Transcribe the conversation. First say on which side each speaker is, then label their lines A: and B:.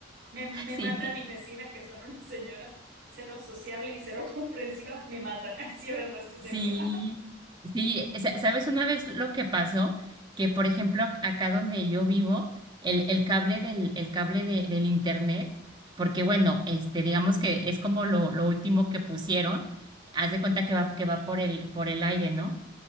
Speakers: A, on the right; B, on the right.
A: Me, me
B: Sí,
A: matan
B: sí,
A: mis vecinas, que son unas señoras cero sociables y cero <laughs> comprensivas, me matan, <laughs> sí es verdad, estoy
B: sí,
A: segura.
B: sí, sa- ¿sabes una vez lo que pasó? Que por ejemplo ac- acá donde yo vivo, el, el cable del, el cable de- del internet, porque bueno, este, digamos que es como lo, lo último que pusieron, haz de cuenta que va, que va por el, por el aire, ¿no?